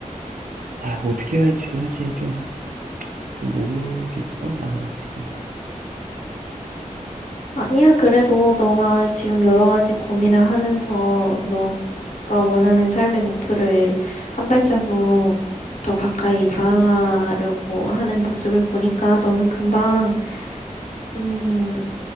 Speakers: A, on the right; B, on the left.
A: 아, 어떻게 해야 할지도 사실 좀, 좀 모르겠어, 나는 지금.
B: 아니야, 그래도 너가 지금 여러 가지 고민을 하면서 너가 원하는 삶의 목표를 한 발자국 더 가까이 다가가려고 하는 모습을 보니까 너는 금방, 음,